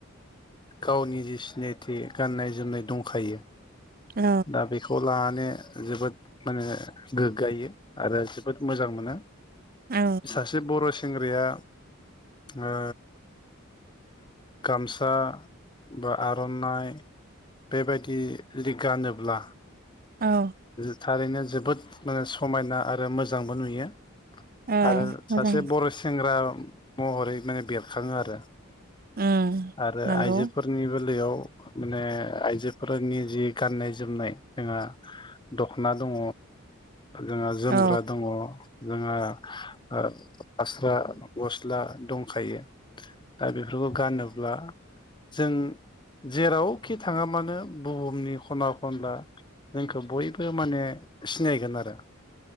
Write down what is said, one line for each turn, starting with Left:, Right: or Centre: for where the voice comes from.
Left: गावनि जि सिनायथि गाननाय-जोमनाय दंखायो
Right: औ
Left: दा बेखौ लानानैनो जोबोद माने गोग्गायो आरो जोबोद मोजां मोनो।
Right: औ
Left: सासे बर' सेंग्राया ओ गामसा बा आर'नाइ बेबायदि लिग गानोब्ला
Right: औ
Left: थारैनो जोबोद माने समायना आरो मोजांबो नुयो।
Right: औ
Left: आरो
Right: मोजां
Left: सासे बर सेंग्रा महरै माने बेरखाङो आरो
Right: उम
Left: आरो
Right: नंगौ
Left: आइजोफोरनिबो बेयाव माने आइजोफोरनि जि गाननाय जोमनाय जोङा दख'ना दङ जोंहा जोमग्रा
Right: औ
Left: दङ जोंहा ओ फास्रा गस्ला दंखायो दा बेफोरखौ गानोब्ला जों जेरावखि थाङा मानो बुहुमनि खना-खनला जोंखौ बयबो माने सिनायगोन आरो